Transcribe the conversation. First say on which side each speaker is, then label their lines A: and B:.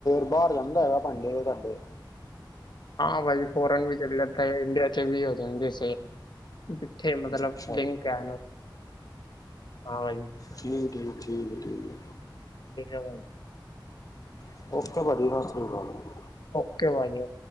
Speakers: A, on the left; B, on the left.
A: ਬਾਹਰ ਜਾਂਦਾ ਹੈਗਾ ਭਾਂਡੇ ਤੁਹਾਡੇ।
B: ਹਾਂ ਬਾਈ ਫੋਰਨ ਵੀ ਚੱਲ ਜਾਂਦਾ ਹੈ ਇੰਡੀਆ ਚ ਵੀ ਹੋ ਜਾਂਦੀ ਸੇਲ। ਉੱਥੇ ਮਤਲਬ
A: ਅੱਛਾ
B: ਲਿੰਕ ਹੈ ਹਾਂ ਜੀ।
A: ਚੀਪ ਹੈ ਚੀਪ ਮਟੀਰੀਅਲ।
B: । <inaudible>
A: <inaudible>
B: ਓਕੇ ਭਾਜੀ।